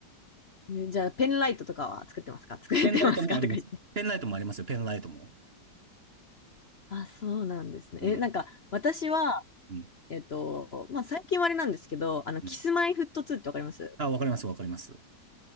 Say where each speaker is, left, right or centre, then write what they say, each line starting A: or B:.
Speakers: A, on the left; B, on the right.
A: えじゃあペンライトとかは作ってますか作ってますかとか言って。
B: ペンライトもあります。ペンライトもありますよ、ペンライトも。
A: あ、そうなんですね。
B: うん。
A: え、なんか、私は、
B: うん。
A: えっと、まあ、最近はあれなんですけど、あの、
B: うん。
A: キスマイフット2ってわかります
B: あ、わかります、わかります。